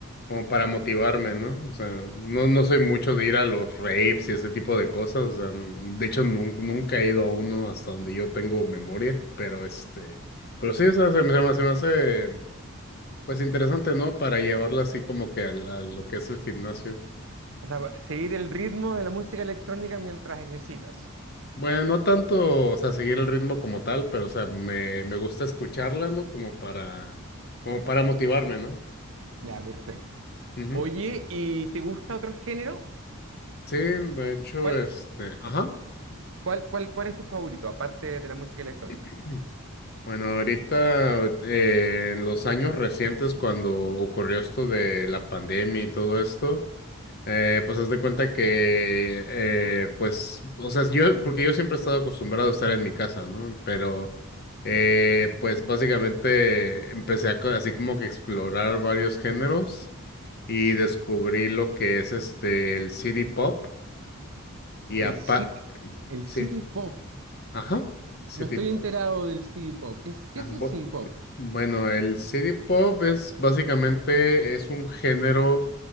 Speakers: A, on the left; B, on the right.
A: como para motivarme, ¿no? O sea, no, no soy mucho de ir a los raves y ese tipo de cosas, o sea, n- de hecho nun- nunca he ido a uno hasta donde yo tengo memoria, pero este, pero sí, o sea, se me, se me se me hace Pues interesante, ¿no? Para llevarla así como que al- a, lo que es el gimnasio.
B: O sea, ba- seguir el ritmo de la música electrónica mientras ejercitas.
A: Bueno, no tanto, o sea, seguir el ritmo como tal, pero, o sea, me, me gusta escucharla, ¿no? Como para, como para motivarme, ¿no?
B: Ya, perfecto.
A: Ujú.
B: Oye, ¿y te gusta otro género?
A: Sí, de hecho,
B: ¿Cuál,
A: este, ajá.
B: cuál, cuál, cuál es tu favorito, aparte de la música electrónica?
A: <clears throat> Bueno, ahorita, eh, en los años recientes, cuando ocurrió esto de la pandemia y todo esto, Eh, pues haz de cuenta que, eh, pues, o sea, yo, porque yo siempre he estado acostumbrado a estar en mi casa, ¿no? Pero, eh, pues básicamente empecé a co- así como que explorar varios géneros y descubrí lo que es este, el city pop y
B: El
A: apa,
B: city, el
A: sí,
B: city pop.
A: ajá, city
B: No estoy
A: pop.
B: enterado del city pop. ¿Qué es, qué
A: Ajá,
B: es
A: bu-
B: el city pop?
A: Bueno, el CD pop es básicamente es un género